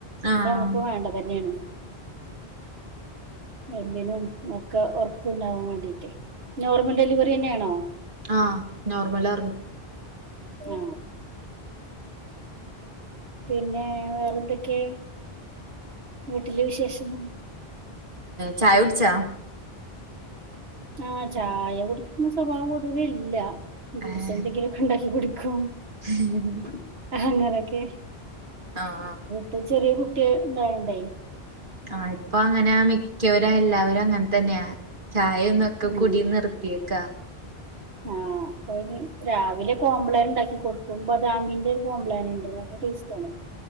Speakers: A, on the right (about 55°); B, on the right (about 75°).
A: ആഹ്
B: നമുക്ക് വേണ്ട തന്നെയാണ് എല്ലിനും ഒക്കെ ഉറപ്പുണ്ടാവാൻ വേണ്ടീട്ടേ നോർമൽ ഡെലിവറി ന്ന ന്നെയാണോ
A: ആ നോർമലാർന്നു
B: ആ പിന്നെ വേറെന്തൊക്കെ വീട്ടില് വിശേഷം
A: ചായകുടിച്ചാ
B: ആഹ ചായ കുടിക്കുന്ന സ്വഭാവം പൊതുവേ ഇല്ല ജൂസ
A: ആഹ്
B: എന്തെങ്കിലുമൊക്കെ ഉണ്ടാക്കി കുടിക്കും
A: <unintelligible>
B: അങ്ങനെയൊക്കെ
A: ആ ആ
B: ഇപ്പൊ ചെറിയ കുട്ടിയ ഇണ്ടുണ്ടായി
A: ആഹ ഇപ്പൊ അങ്ങനെ മിക്കവരും എല്ലാവരും അങ്ങനെ തന്നെയാ ചായ ഒന്നൊക്കെ
B: ഉം
A: കുടി നിർത്തിയേക്ക
B: ആ അപ്പന് രാവിലെ കോംബ്ലൻ ഉണ്ടാക്കി കൊടുക്കും ബദാമിന്റെ ഒരു കോംബ്ലാന ഉണ്ട് നല്ല ടേസ്റ്റ ആണ്